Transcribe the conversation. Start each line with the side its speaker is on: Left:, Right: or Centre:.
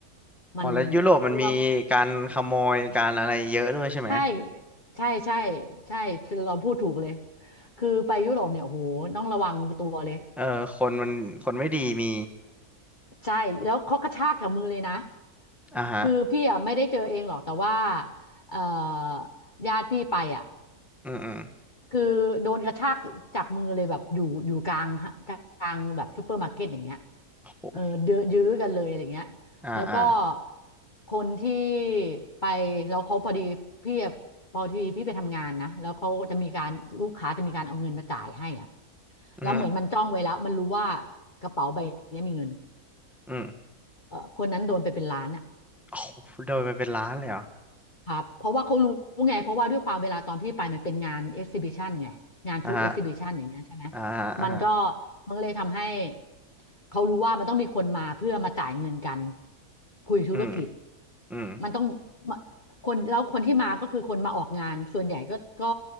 Left: มัน
Centre: อ๋อแล้วยุโรปมันมีการขโมยการอะไรเยอะด้วยใช่ไหม
Left: พี่ว่าใช่ใช่ใช่ใช่เราพูดถูกเลยคือไปยุโรปเนี่ยโอ้โหต้องระวังตัวเลย
Centre: เออคนมันคนไม่ดีมี
Left: ใช่แล้วเขากระชากจากมือเลยนะ
Centre: อ่าฮะ
Left: คือพี่อ่ะไม่ได้เจอเองหรอกแต่ว่าเอ่อญาติพี่ไปอ่ะ
Centre: อืมอืม
Left: คือโดนกระชากจากมือเลยแบบอยู่อยู่กลางกลางแบบซูเปอร์มาร์เก็ตอย่างเงี้ย
Centre: โห
Left: เออเดือยื้อกันเลยอะไรเงี้ยแล้วก็
Centre: อ่าอ่า
Left: คนที่ไปแล้วเขาพอดีพี่อะพอดีพี่ไปทำงานนะแล้วเขาจะมีการลูกค้าจะมีการเอาเงินมาจ่ายให้อ่ะ
Centre: อืม
Left: แล้วเหมือนมันจ้องไว้แล้วมันรู้ว่ากระเป๋าใบเนี้ยมีเงิน
Centre: อืม
Left: เออคนนั้นโดนไปเป็นล้านอ่ะ
Centre: โอ้โหโดนไปเป็นล้านเลยเหรอ
Left: ครับเพราะว่าเขารู้ไงเพราะว่าด้วยความเวลาตอนพี่ไปมันเป็นงานเอ็กซิบิชันไงงานฟู้ดเอ็กซิบิชันอย่างเงี้ยใช่ไหม
Centre: อ่าฮะอ่าฮะอ่าฮะ
Left: มันก็มันก็เลยทำให้เขารู้ว่ามันต้องมีคนมาเพื่อมาจ่ายเงินกันคุยธุรกิจ
Centre: อืมอืม
Left: มันต้องมาคนแล้วคนที่มาก็คือคนมาออกงานส่วนใหญ่ก็ก็